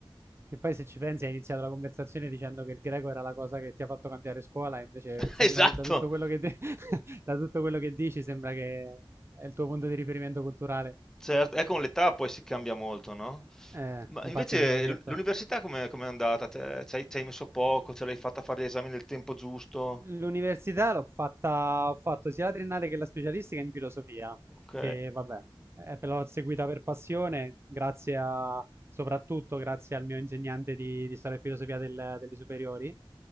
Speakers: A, on the right; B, in the centre.
A: Che poi se ci pensi hai iniziato la conversazione dicendo che il greco era la cosa che ti ha fatto cambiare scuola, e invece
B: <laughs>
A: sembra
B: Esatto.
A: che da tutto quello che, te- <laughs> da tutto quello che dici sembra che è il tuo punto di riferimento culturale.
B: Certo, eh, con l'età poi si cambia molto, no?
A: Eh,
B: Ma
A: infatti
B: invece
A: sì, l'hai detto.
B: l'u- l'università com'è, com'è andata? Te- Ci hai, ci hai messo poco, ce l'hai fatta fare gli esami nel tempo giusto?
A: L'università l'ho fatta, ho fatto sia la triennale che la specialistica in filosofia,
B: Ok.
A: che vabbè, eh, però l'ho seguita per passione, grazie a, soprattutto grazie al mio insegnante di, di storia e filosofia del- delle superiori